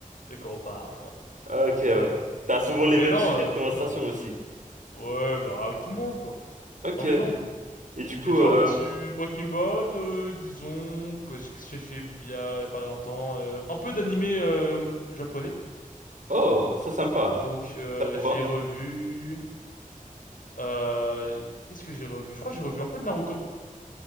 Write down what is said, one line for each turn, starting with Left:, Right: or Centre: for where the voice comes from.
Left: de quoi on parle, quoi.
Right: Ah, Ok, ouais.
Left: Tu vois.
Right: T'as souvent les
Left: Mais
Right: mêmes
Left: non,
Right: sujets
Left: euh,
Right: de conversation
Left: franchement,
Right: aussi.
Left: euh, ouais, bah avec tout le monde, quoi.
Right: Ok.
Left: En
Right: Et
Left: légende.
Right: du coup,
Left: Mais tu
Right: euh...
Left: vois, ouais, sur Breaking Bad, euh, disons que j'ai- qu'est-ce que j'ai fait il y a, il y a pas longtemps, euh, un peu d'animé euh, japonais.
Right: oh, ça, ça me parle.
Left: Donc euh,
Right: Faire quoi?
Left: j'ai revu, euh, qu'est-ce que j'ai revu? Je crois que j'ai revu un peu de Naruto.